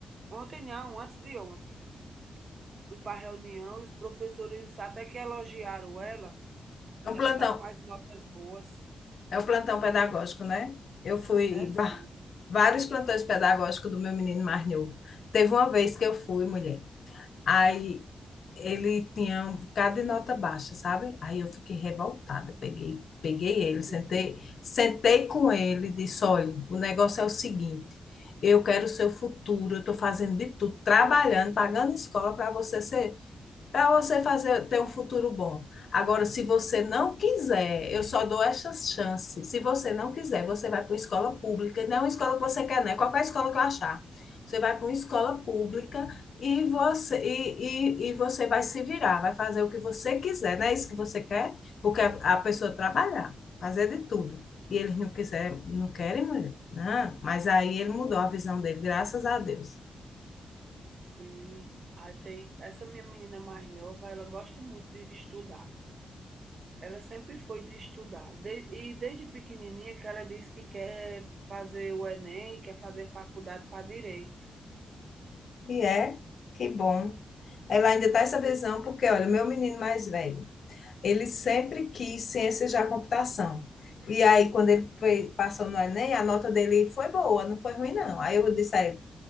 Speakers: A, on the right; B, on the left.
A: ontem não, antes de ontem. Fui pra reunião e os professores até que elogiaram ela,
B: É um
A: ela
B: plantão,
A: está com as notas boas.
B: é um plantão pedagógico, né? Eu fui
A: É sim,
B: va- vários plantões pedagógicos do meu menino mais novo. Teve uma vez que eu fui, mulher. Aí ele tinha um bocado de nota baixa, sabe? Aí eu fiquei revoltada, peguei, peguei ele,
A: sim.
B: sentei, sentei com ele e disse, olha, o negócio é o seguinte, eu quero o seu futuro, eu estou fazendo de tudo, trabalhando, pagando escola para você ser para você fazer ter um futuro bom. Agora, se você não quiser, eu só dou essas chances. Se você não quiser, você vai para uma escola pública, não é uma escola que você quer, né? Qualquer escola que eu achar. Você vai para uma escola pública e você, e, e, e você vai se virar, vai fazer o que você quiser, não é isso que você quer? Porque a, a pessoa trabalhar, fazer de tudo. E eles não quiser, não querem mulher, né? Mas aí ele mudou a visão dele, graças a Deus.
A: Sim. Aí tem essa minha menina mais nova, ela gosta muito de estudar. Ela sempre foi de estudar. De- e desde pequenininha que ela diz que quer fazer o Enem, quer fazer faculdade para direito.
B: E é, que bom. Ela ainda está essa visão, porque, olha, meu menino mais velho, ele sempre quis ciências da computação. E aí, quando ele foi, passou no Enem, a nota dele foi boa, não foi ruim, não. Aí eu disse a ele,